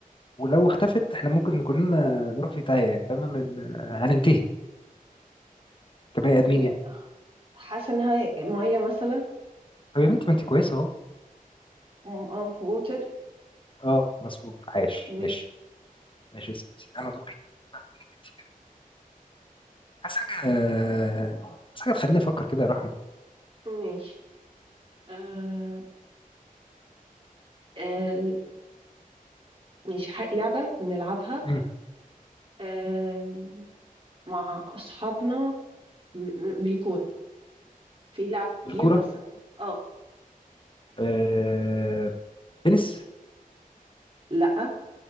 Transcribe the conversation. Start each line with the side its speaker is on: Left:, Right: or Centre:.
Left: ولو اختفت احنا ممكن كلنا نروح في تايه يعني فاهمه من هننتهي كبني ادمين
Right: للراحة
Left: يعني
Right: حاسه انها ميه مثلا
Left: طب يا بنتي ما انت كويسه اهو
Right: اه ووتر
Left: اه مظبوط عايش
Right: ماشي
Left: ماشي ماشي يا ستي انا دوري لا، دورك انت. عايز حاجه آه، عايز حاجه تخليني افكر كده يا رحمه
Right: ماشي آه آه ماشي ح- لعبة بنلعبها
Left: مم.
Right: آه مع أصحابنا م- م- بالكورة في لعب
Left: بالكوره
Right: كتير بس اه
Left: آه، تنس
Right: لأ